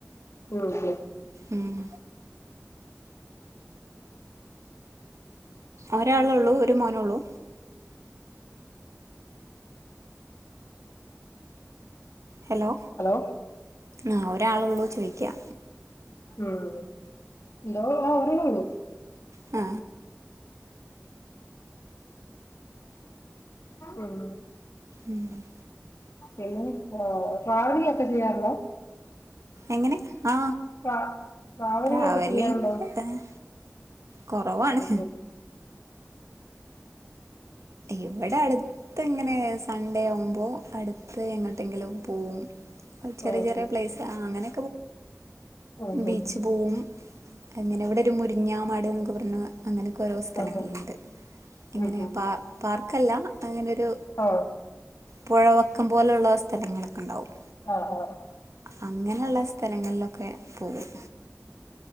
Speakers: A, on the left; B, on the right.
A: മ്മ് മ്മ്ഹ്
B: ഉം ഒരാളുള്ളൂ ഒരു മോനെ ഉള്ളു. ഹലോ
A: ഹലോ
B: ആഹ് ഒരാളൊള്ളൂ ചോയ്ക്കാ
A: ഉം ഇന്തോ ആ ഒരളൊള്ളു
B: ആ
A: ഉം
B: ഉം <unintelligible>
A: പിന്നെ ട്രാവലിംഗ ഒക്കെ ചെയ്യാറുണ്ടോ?
B: എങ്ങനെ? ആ
A: ട്ര ട്രാവലിങ്ങൊക്കെ
B: ട്രാവലിംഗ്
A: ചെയ്യാറുണ്ടോ?
B: കുറവാണ്.
A: ഉം
B: ഇവിടെ അടുത്ത് ഇങ്ങനെ സൺഡേ ആവുമ്പോ അടുത്ത് എങ്ങോട്ടെങ്കിലും പോവും. ചെറിയ
A: ഉം ഉം
B: ചെറിയ പ്ലേസ് ആ അങ്ങനെ.
A: ഉം ഉം ഉം
B: ബീച്ച് പോവും അങ്ങനെ ഇവിടെ ഒരു മുരിങ്ങാ മാട്ന്നൊക്കെ പർഞ്ഞ അങ്ങനെക്കെ ഓരോ സ്ഥലങ്ങളിലുണ്ട്,
A: ഉം, ഉം,
B: ഇങ്ങനെ
A: ഉം, ഉം.
B: പ പാർക്കല്ല അങ്ങനെരു
A: ആ
B: പൊഴവക്കം പോലെള്ള സ്ഥലങ്ങളൊക്കെണ്ടാവും.
A: ആ അ അ
B: അങ്ങനെള്ള സ്ഥലങ്ങൾലൊക്കെ പോവും